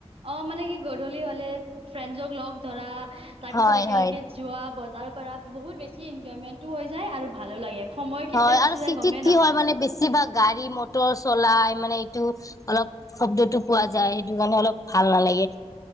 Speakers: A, on the right (about 55°); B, on the left (about 30°).
A: অঁ মানে কি গধূলি হ'লে ফ্ৰেণ্ডজক লগ ধৰা। তাৰ
B: হয়
A: পিছত একেলগে
B: হয়
A: যোৱা। বজাৰ কৰা বহুত বেছি এনজয়মেণ্টটো হৈ যায় আৰু ভালো লাগে। সময় কেতিয়া
B: হয়
A: গুচি
B: আৰু
A: যায়
B: চিটিত
A: গমেই
B: কি
A: নাপায়
B: হয় মানে বেছিভাগ গাড়ী মটৰ চলাই মানে টো অলপ শব্দটো পোৱা যায়, সেইটো কাৰণে অলপ ভাল নালাগে।